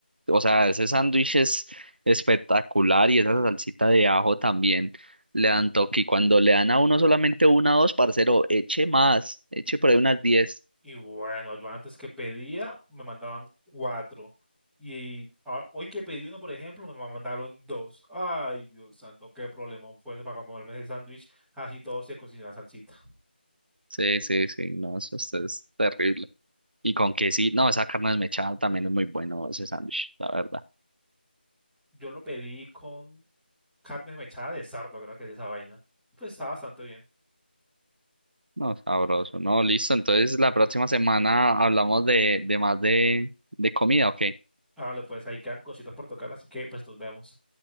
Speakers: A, on the right (about 65°); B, in the centre.
A: O sea, ese sándwich es espectacular y esa salsita de ajo también le dan toque. Y cuando le dan a uno solamente una o dos, parcero, eche más, eche por ahí unas diez.
B: Y bueno, yo antes que pedía, me mandaban cuatro. Y ah, hoy que pedí uno, por ejemplo, me mandaron dos. Ay, Dios santo, qué problema fue ese para comerme ese sándwich. Así todo se cocina la salsita.
A: Sí, sí, sí, no, eso es es terrible. Y con que sí, no, esa carne desmechada también es muy bueno ese sándwich, la verdad.
B: Yo lo pedí con carne mechada de sardo, creo que es esa vaina. Pues está bastante bien.
A: No, sabroso. No, listo. Entonces la próxima semana hablamos de, de más de, de comida, ¿ok?
B: Vale, pues ahí quedan cositas por tocar, así que pues nos vemos.